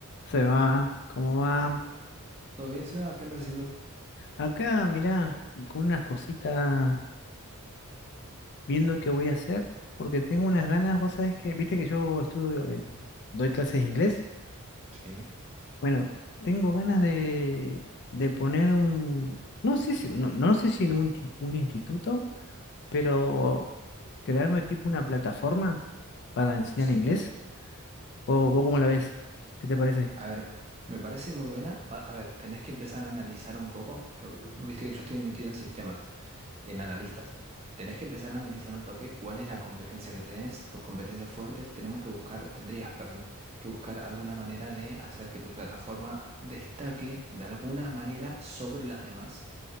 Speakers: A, on the left (about 50°); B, on the right (about 30°).
A: Se va, ¿cómo va?
B: ¿Todo bien, Seba? ¿Qué andas haciendo?
A: Acá, mirá, con unas cositas, viendo qué voy a hacer, porque tengo unas ganas, vos sabés que, viste que yo estudio, eh, doy clases de inglés.
B: Sí,
A: Bueno, tengo ganas de, de poner un, no sé si, no, no sé si en un, ti- un instituto, pero crearme tipo una plataforma para enseñar
B: sí.
A: inglés. ¿O vos cómo la ves?
B: Ok.
A: ¿Qué te parece?
B: A ver, me parece muy buena. Pa- A ver, tenés que empezar a analizar un poco. Yo, viste que yo estoy metido en sistemas, en analistas. Tenés que empezar a analizar un toque cuál es la competencia que tenés, tus competencias fuertes. Tenemos que buscar, tendrías, perdón, que buscar alguna manera de hacer que tu plataforma destaque de alguna manera sobre las demás.